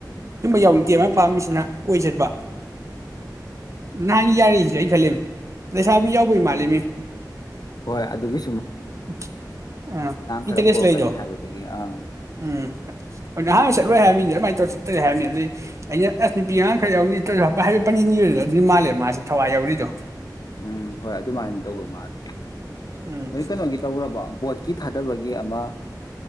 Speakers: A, on the right; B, on the left.
A: ꯁꯨꯝꯕ
B: ꯎꯝ
A: ꯌꯥꯎꯅꯤꯡ ꯀꯦ ꯃꯣꯏꯅ ꯄꯥꯝꯃꯤꯁꯤꯅ ꯀꯣꯏ ꯆꯠꯄ
B: ꯎꯝ
A: ꯅꯍꯥꯟ ꯌꯥꯔꯤꯁꯦ ꯑꯩ ꯈꯜꯂꯤ ꯂꯩꯁꯥꯕꯤ ꯌꯥꯎꯕꯩ ꯃꯥꯜꯂꯤ ꯃꯤ
B: ꯍꯣꯏ ꯑꯗꯨꯒꯤ
A: ꯎ ꯑꯥ ꯏꯟꯇꯔꯦꯁ
B: ꯈꯔ ꯄꯣꯔꯛꯀꯅꯤ
A: ꯂꯩꯗꯣ
B: ꯍꯥꯏꯕꯗꯒꯤ ꯑꯥ
A: ꯎꯝ ꯅꯍꯥꯟ ꯆꯠꯂꯣꯏ ꯍꯥꯏꯃꯤꯅꯦ ꯑꯃꯥꯏ ꯇꯧꯔ ꯇꯔꯦ ꯍꯥꯏꯕꯅꯤ ꯑꯗꯨꯗꯤ ꯑꯩꯅ ꯑꯁ ꯅꯨꯄꯤ ꯑꯉꯥꯡ ꯈꯔ ꯌꯥꯎꯅꯤ ꯍꯥꯏꯕ ꯄꯟꯅꯤ ꯑꯣꯏꯗꯣ ꯑꯗꯨꯗꯤ ꯃꯥꯂꯦꯕ ꯃꯥꯁꯤ ꯊꯋꯥꯏ ꯌꯥꯎꯔꯤꯗꯣ
B: ꯎꯝ ꯍꯣꯏ ꯑꯗꯨꯃꯥꯏꯅ ꯇꯧꯕ ꯃꯥꯂꯦ
A: ꯎꯝ
B: ꯅꯣꯏ ꯀꯩꯅꯣꯒꯤ ꯇꯧꯔꯕ ꯕꯣꯠꯀꯤ ꯊꯥꯗꯕꯒꯤ ꯑꯃ